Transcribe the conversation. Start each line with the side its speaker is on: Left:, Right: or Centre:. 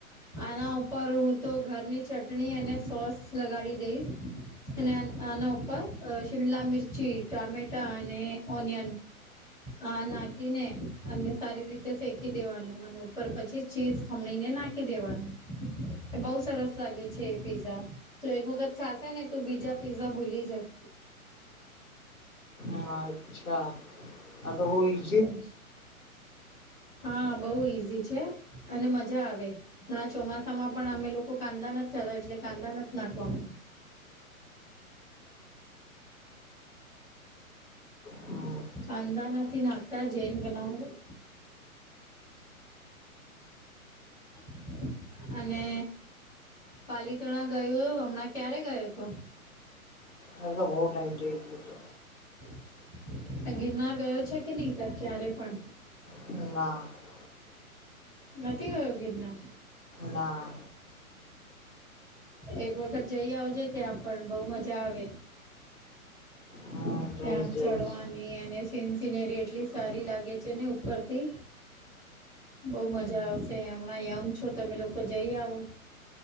Centre: આના ઉપર હું તો ઘરની ચટણી અને સોસ લગાડી દઈશ અને આના ઉપર શિમલા મિરચી ટામેટા અને ઓનિયન આ નાખી ને અને સારી રીતે શેકી દેવાનું અને ઉપર પછી ચીઝ ખમણીને નાખી દેવાનું. બહુ સરસ લાગે છે એ પીઝા તો એક વખત ખાશે ને તો બીજા પીઝા ભૂલી જઈશ
Left: હા અચ્છા આ તો બહુ ઈ
Centre: હમ્મ હા બહુ ઈઝી છે અને મજા આવે. પણ આ ચોમાસા માં પણ અમે લોકો કાંદા નથી ખાતા એટલે કાંદા નથી નાખવાનું.
Left: હમ.
Centre: કાંદા નથી નાખતા જેૈન બનાવું. <inaudible> અને પાલિતણા ગયું હમણાં ક્યારે ગયો હતો.
Left: હવે તો બહુ ટાઈમ થઇ ગયું તો.
Centre: <inaudible> આ ગિરનાર ગયો છે કે નહી ક્યારે પણ.
Left: છે ના
Centre: નથી ગયો ગિરનાર.
Left: ના.
Centre: એક વખત જઈ આવજે ત્યાં પણ બહુ મજા આવે.
Left: હમ, જઈશ
Centre: ત્યાં
Left: જઈશ
Centre: ચડવાની અને સીન સિનેરી એટલી સારી
Left: હમ.
Centre: લાગે છે ને ઉપરથી બહુ મજા આવશે, હમણાં યંગ છો તમે લોકો જઈ આવો